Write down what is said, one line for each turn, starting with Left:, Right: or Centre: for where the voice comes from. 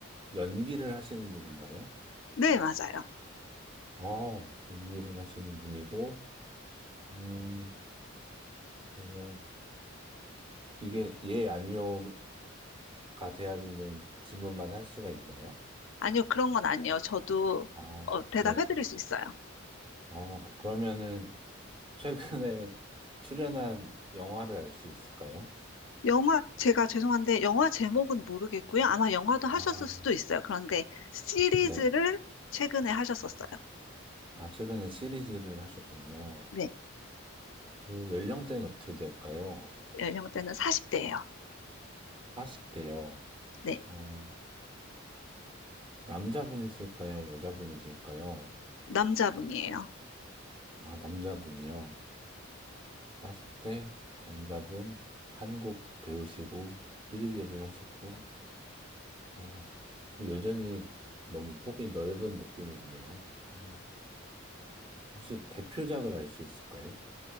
Right: 연기를 하시는 분인가요?
Left: 네, 맞아요.
Right: 어, 연기를 하시는 분이고, 음, 그러면 이게 예, 아니요가 돼야 되는 질문만 할 수가 있나요?
Left: 아니요, 그런 건 아니에요. 저도
Right: 아,
Left: 어, 대답해드릴
Right: 네.
Left: 수 있어요.
Right: 어, 그러면은 최근에 <laughs> 출연한 영화를 알 수 있을까요?
Left: 영화, 제가 죄송한데, 영화 제목은 모르겠고요. 아마 영화도 하셨을
Right: 아,
Left: 수도 있어요. 그런데 시리즈를
Right: 네.
Left: 최근에 하셨었어요.
Right: 아, 최근에 시리즈를 하셨군요.
Left: 네,
Right: 그 연령대는 어떻게 될까요?
Left: 연령대는 40대예요.
Right: 40대요.
Left: 네,
Right: 어, 남자분이실까요? 여자분이실까요?
Left: 남자분이에요.
Right: 아, 남자분이요. 40대 남자분 한국 배우시고 시리즈를 하셨고 어, 여전히 너무 폭이 넓은 느낌이 있네요. 어, 혹시 대표작을 알 수 있을까요?